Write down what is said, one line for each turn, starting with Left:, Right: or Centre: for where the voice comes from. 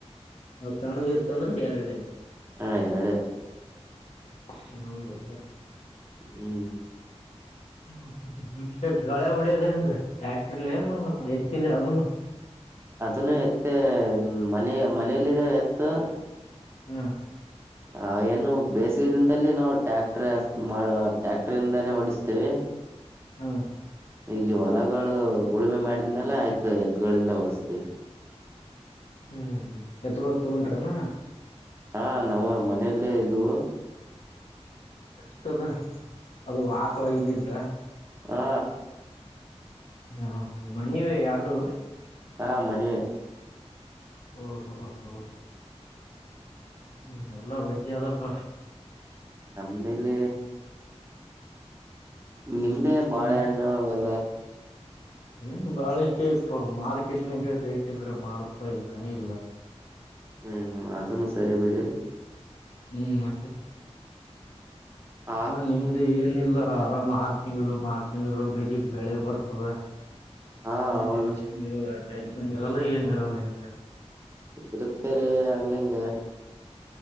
Left: ನ ಚದ ತಂದ್ರ ಎರಡೆ
Right: ಹ ಎರಡು
Left: ಹ ಹೌದು
Right: ಹ್ಮ್
Left: ಹ್ಮ ಗಳೆ ಹೊಡಿಯೋದನ್ ಯಾಕ್ಟ್ರಲ ಏನು ಎತ್ತಿಲ್ಲ ಅದನು
Right: ಅದನ್ನು ಎತ್ತ ಮನೆ ಮನೇಲ್ಲಿದೆ ಎತ್ತು
Left: ಹ್ಮ್
Right: ಹ ಏನು ಬೇಸಿಗೆ ದಿನದಲ್ಲಿ ನಾವು ಟ್ಯಾಕ್ಟರ್ ಟ್ಯಾಕ್ಟರ್ಂದಾನೇ ಓಡಿಸ್ತೇವಿ
Left: ಹ್ಮ್
Right: ಇಲ್ಲಿ ಹೊಲಗಳು ಉಳುಮೆ ಮಾಡಿದ್ಮೇಲೆ ಆಯ್ತು ಎತ್ಗಳಿಂದ ಹೊಡಸ್ತಿೀವಿ
Left: ಹ್ಮ್ ಹ್ಮ ಎತ್ಗೋ ತೊೊಂಡ್ರನಾ
Right: ಹಾ ನಮ್ಮ್ ಮನೆಯಲ್ಲೇ ಇದು
Left: ಎಷ್ಟದ ಅದು ಆಕಳ ಇದಿದ್ದ
Right: ಹಾ
Left: ಹಾ ಹ ಮನಿವ ಎರಡು
Right: ಹಾ ಮನೆವ
Left: ಹ ಹ ಹ ಹ ಹ್ಮ್ ಎಲ್ಲಾ ಒಜ್ಜಿ ಅದಪ್ಪ
Right: ನಮ್ದಲ್ಲಿ ನಿಮ್ದೆ ಬಾಳೆಹಣ್ಣ
Left: ಹ್ಮ್
Right: ಎಲ್ಲ
Left: ಏನ್ ಬಾಳಿಕೆ ಇಪ್ಪ ಮಾರ್ಕೆಟ್ ನಿಂಗ ರೇಟ್ ಇದ್ರೆ ಮಾರ್ ರೂಪಾಯಿ ಇಲ್ ಕ ಇಲ್ಲ
Right: ಹ್ಮ್ ಹ್ಮ್ ಅದನ್ನು ಸರಿ ಬಿಡಿ
Left: ಹ್ಮ್ ಮತ ಇಲ್ಲ
Right: ಆ
Left: ನಿಮ್ದ ಏನಿಲ್ಲ ಆರಾಮ್ ಆರು ತಿಂಗಳಗ ಆರು ತಿಂಗಳಗ ಬೆಲಿ ಬೆಳೆ ಬರ್ತದ
Right: ಹಾ
Left: ಏನ್
Right: ಹೌದು
Left: ಟೆನ್ಶನ್ ಇರಲ್ಲ ಟೆನ್ಶನ್ ಇರಲ್ಲ ಏನುಲ್ಲೆರಲ್ಲ ಏನುರಲ್ಲ
Right: ಇರುತ್ತೇರಿ ಹಂಗಂಗಗೆ